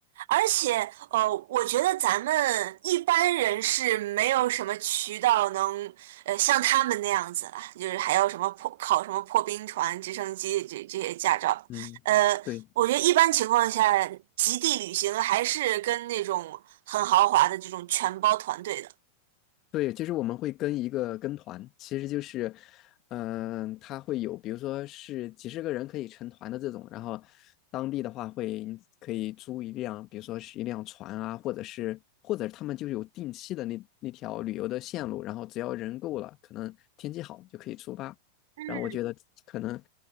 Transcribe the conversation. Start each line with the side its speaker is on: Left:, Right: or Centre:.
Right: 而且呃，我觉得咱们一般人是没有什么渠道能呃像他们那样子了，就是还要什么破考什么破冰船、直升机这这些驾照。
Left: 嗯，
Right: 呃，
Left: 对。
Right: 我觉得一般情况下，极地旅行还是跟那种很豪华的这种全包团队的。
Left: 对，就是我们会跟一个跟团，其实就是，嗯、他会有，比如说是几十个人可以成团的这种，然后当地的话会可以租一辆，比如说是一辆船啊，或者是或者他们就有定期的那那条旅游的线路，然后只要人够了，可能天气好就可以出发。
Right: 嗯，
Left: 然后我觉得可能